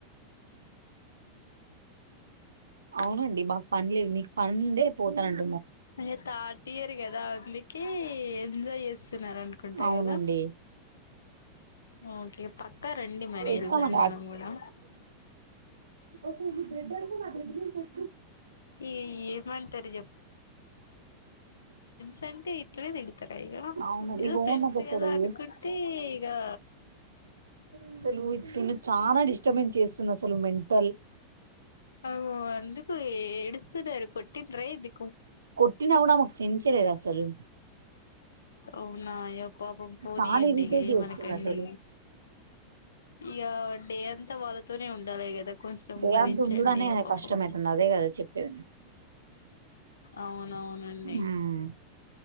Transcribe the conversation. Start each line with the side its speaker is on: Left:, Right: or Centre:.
Right: అవునండి మాకు పని లేదు మీకు పని పోతానంటడి
Left: అ తార్టియరు కదా అందుకి ఏ ఎంజాయ్ చేసి స్తున్నార అనుకుంటా
Right: అవునండి
Left: కదా ఓకే పక్కా రండి మరి
Right: వస్తామండి
Left: వెళ్దాం మనం కూడా
Right: ఓకే నీ బ్రెడ్ అంతా బెడ్ మీద
Left: ఈ ఏమంటారు సంక ఇట్లే విదీడి తగయ్యా
Right: అవును
Left: ఇక ఏదో
Right: ఇగో
Left: ఫ్రెండ్స్
Right: నాకు అసలు
Left: కదా అనుకుంటే
Right: ఏ-
Left: ఇగా
Right: అసలు ఇది తిను చాలా డిస్టర్బెన్స్ చేస్తుంది అసలు మెంటల్
Left: అవు అందుకు ఏడుస్తున్నార్ కొటింద్రే ఏందీ
Right: కొట్టిన కూడా ఆమెకు సెన్స్ లేదు అసలు
Left: అవునా అయ్యా పాపం పోనీయండి
Right: చాలా ఇరిటేట్
Left: ఏమనకండి
Right: చేస్తుంది అసలు
Left: ఇగ డే అంతా వాళ్ళతోనే ఉండాలి కదా కొంచెం
Right: ప్రయాంత
Left: భరించండి
Right: ఉండదనే
Left: ఇగ పాపం
Right: కష్టమైతుంది అదే కదా చెప్పేదినేను
Left: ఔనవునండి.
Right: ఉమ్.